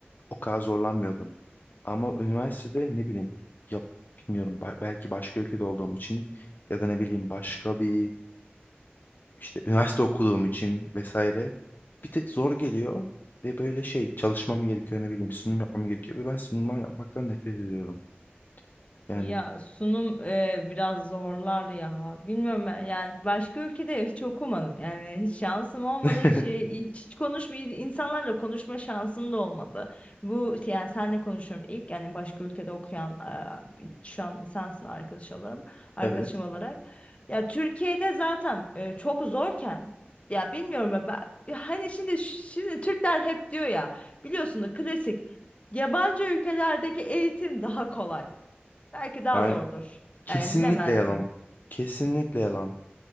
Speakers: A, on the left (about 50°); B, on the left (about 35°).
A: O kadar zorlanmıyordum. Ama üniversitede ne bileyim ya bilmiyorum ba- belki başka ülkede olduğum için ya da ne bileyim başka bir işte üniversite okuduğum için vesaire bir tık zor geliyor ve böyle şey çalışmam gerekiyor ne bileyim sunum yapmam gerekiyor ve ben sunumlar yapmaktan nefret ediyorum. Yani
B: Ya sunum e, biraz zorlar ya. Bilmiyorum ben yani başka ülkede hiç okumadım. Yani hiç şansım olmadı.
A: <laughs>
B: Hiç e, hiç, hiç konuşma insanlarla konuşma şansım da olmadı. Bu işte, yani senle konuşuyorum ilk yani başka ülkede okuyan e, bir- şu an sensin arkadaş olarak arkadaşım
A: evet.
B: olarak. Ya Türkiye'de zaten e, çok zorken ya bilmiyorum ya ben, ya hani şimdi şimdi Türkler hep diyor ya biliyorsunuz klasik yabancı ülkelerdeki eğitim daha kolay. Belki daha
A: Aynen.
B: zordur.
A: Kesinlikle
B: Yani bilemezsin.
A: yalan. Kesinlikle yalan.